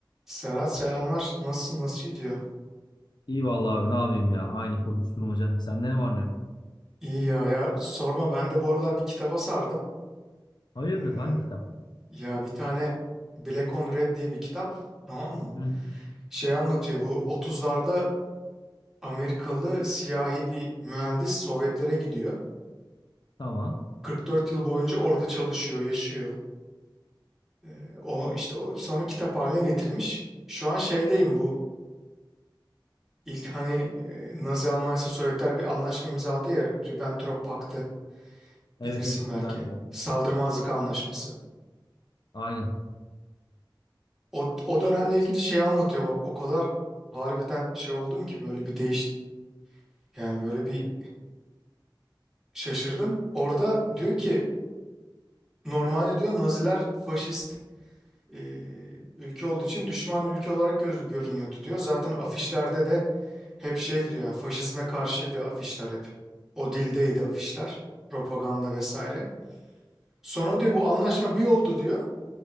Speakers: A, in the centre; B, on the left.
A: Serhat selamlar. Nasılsın? Nasıl gidiyor?
B: İyi vallahi abi ne yapayım ya. Aynı koşuşturmaca. Sende ne var ne yok?
A: İyi ya ya sorma ben de bu aralar bir kitaba sardım.
B: Hayırdır
A: Ee,
B: hangi kitap?
A: ya bir tane Black on Red diye bir kitap tamam mı?
B: Hı. hı.
A: Şey anlatıyor bu otuzlarda Amerikalı siyahi bir mühendis Sovyetlere gidiyor.
B: Tamam.
A: kırk dört yıl boyunca orada çalışıyor, yaşıyor. Ee, o işte o sonra kitap haline getirmiş. Şu an şeydeyim bu ilk hani e, Nazi Almanya'sı Sovyetler bir anlaşma imzaladı ya Ribbentrop Paktı.
B: Evet
A: Bilirsin
B: evet
A: belki.
B: Levent var.
A: Saldırmazlık anlaşması.
B: Aynen.
A: O, o dönemle ilgili şey anlatıyor bak o kadar harbiden şey oldum ki böyle bir değiş yani böyle bir şaşırdım. Orada diyor ki normalde diyor Naziler faşist e, ülke olduğu için düşman ülke olarak göz, görünüyordu diyor. Zaten afişlerde de hep şey diyor yani faşizme karşıydı afişler hep. O dildeydi afişler. Propaganda vesaire. Sonra diyor bu anlaşma bir oldu diyor.